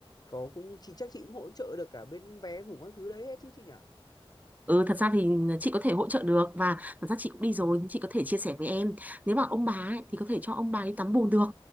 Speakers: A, on the left; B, on the right.
A: có cũng chị chắc chị cũng hỗ trợ được cả bên vé ngủ các thứ đấy hết chứ chị nhỉ?
B: Ừ, thật ra thì ờ, chị có thể hỗ trợ được và thật ra chị cũng đi rồi nhưng chị có thể chia sẻ với em nếu mà ông bà ấy, thì có thể cho ông bà đi tắm bùn được